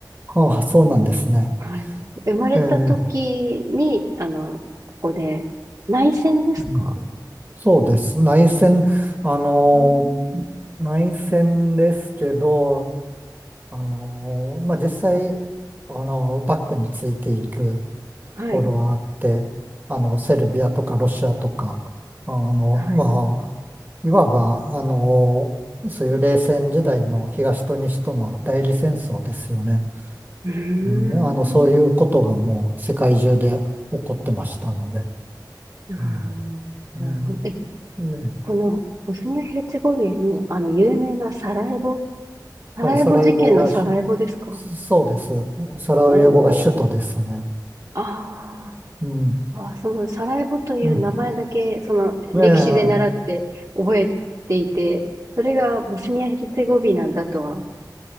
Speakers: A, on the right; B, on the right.
A: ああ、そうなんですね。
B: はい。生まれた時に、
A: ええ
B: あの、ここで、内戦ですか
A: うんそうです。内戦、あの、
B: うーん
A: 内戦ですけど、あのーまあ、実際、あのーバックについている
B: はい。
A: ところはあって、あの、セルビアとかロシアとか、あの、
B: はい。
A: まあ、いわば、あのーそういう冷戦時代の東と西との代理戦争ですよね。
B: うーん。
A: うん、あの、そういうことがもう世界中で起こってましたので。
B: あーなるほど。
A: うん。うん
B: え、
A: ね、
B: このボスニア・ヘルツェゴビナに、あの、有名なサラエボ、サラエボ事件のサラエボですか
A: はい、サラエボがし、そうです。サラエボが首都ですね。
B: おー。あ
A: うん。
B: ーあ、そのサラエボという名前だけ、
A: うん。
B: その歴史で習って覚えていて、
A: ねえ。
B: それがボスニア・ヘルツェゴビナだとは